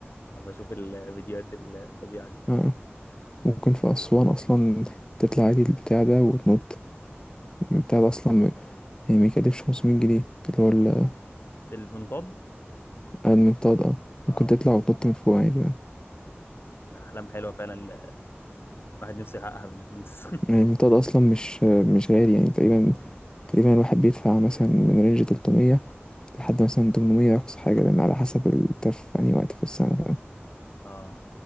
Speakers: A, on the left; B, on the left.
A: آه، بشوف الفيديوهات الفظيعه دي
B: آه. ممكن في اسوان اصلا تطلع عادي البتاع ده وتنط البتاع ده اصلا م- يعني ما يكلفش 500 جنيه اللي هو ال-
A: في المنضد
B: المنطاد اه
A: اه
B: ممكن تطلع وتنط من فوق عادي بقى
A: احلام حلوه فعلا الواحد نفسه يحققها بالفلوس
B: يعني المنطاد اصلا مش مش غالي يعني تقريبا تقريبا الواحد بيدفع مثلا من رينج 300 لحد مثلا 800 اقصى حاجه لان على حسب انت في انهي وقت في السنه فاهم؟
A: <laughs> اه